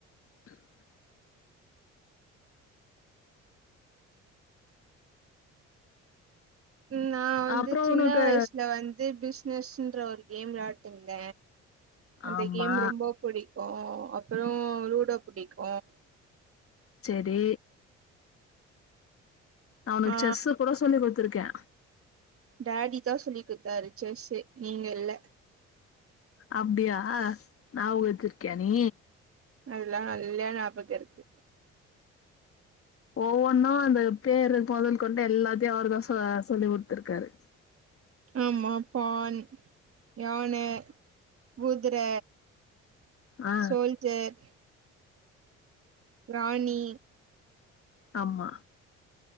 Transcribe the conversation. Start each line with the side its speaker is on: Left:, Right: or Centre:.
Left: <unintelligible>
Right: நா வந்து
Left: அப்றோ
Right: சின்ன
Left: உனக்கு
Right: வயிசுல வந்து பிஸ் பிஸ்ன்ற ஒரு கேம் வெளையாட்டிருந்த அந்த
Left: ஆமா
Right: கேம் ரொம்ப புடி க்கு அப்புறோ லூடோ புடிக்கு
Left: சேரி நா உனுக்கு
Right: ஆ
Left: செஸ்ஸு கூட சொல்லி குடுத்துருக்கே
Right: டேடி தா சொல்லி குத்தாரு செஸ்ஸு நீங்க இல்ல
Left: அப்டியா ஞாபகொ வச்சுருக்கியா நீ
Right: அதுல்லா நல்லா ஞாபக இருக்கு
Left: ஒவ்வொன்னு அந்த பேரு பொதல் கொண்டு எல்லாத்தையு அவர் தா சொ சொல்லி குடுத்துருக்காரு
Right: ஆமா பான் யான குதுர
Left: ஆ
Right: சோல்ஜர் ராணி
Left: ஆமா